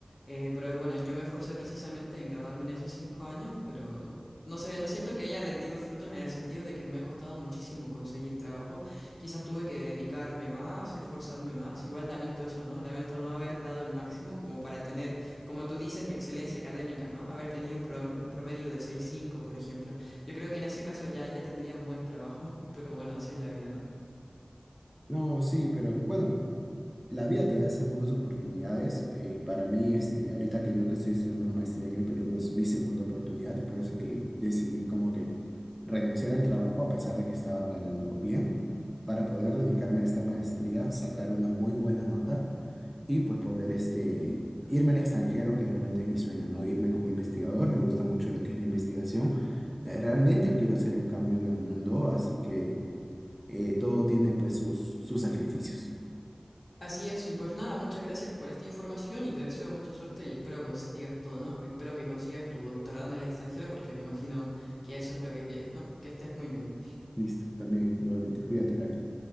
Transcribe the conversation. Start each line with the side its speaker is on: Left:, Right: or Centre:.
Left: Eh, pero bueno, yo me esforcé precisamente en graduarme en esos cinco años, pero no sé, no siento que haya rendido frutos en el sentido de que me ha costado muchísimo conseguir trabajo. Quizás tuve que dedicarme más, esforzarme más. Igual lamento eso, ¿no? Lamento no haber dado el máximo como para tener, como tú dices, excelencia académica, ¿no? Haber tenido un, pro- un promedio de seis punto cinco por ejemplo. Yo creo que en ese caso ya, ya tendría un buen trabajo, <laughs> pero bueno, así es la vida, ¿no?
Centre: No, sí, pero bueno, la vida te da segundas oportunidades. eh, para mí, este, ahorita que yo que estoy estudiando una maestría en el Perú, es mi segunda oportunidad. Es por eso que decidí como que renunciar al trabajo a pesar de que estaba ganando bien, para poder dedicarme a esta maestría, sacar una muy buena nota y pues poder este, irme al extranjero, que realmente es mi sueño, ¿no? Irme como investigador, me gusta mucho lo que es la investigación. eh, Realmente quiero hacer un cambio en el mundo, así que... eh, todo tiene pues sus, sus sacrificios.
Left: Así es, y pues nada, muchas gracias por esta información y te deseo mucha suerte y espero consigas todo, ¿no? Espero que consigas tu doctorado en el extranjero porque me imagino que eso es lo que quieres, ¿no? Que estés muy bien.
Centre: Listo, también, igualmente. Cuídate, Heracles.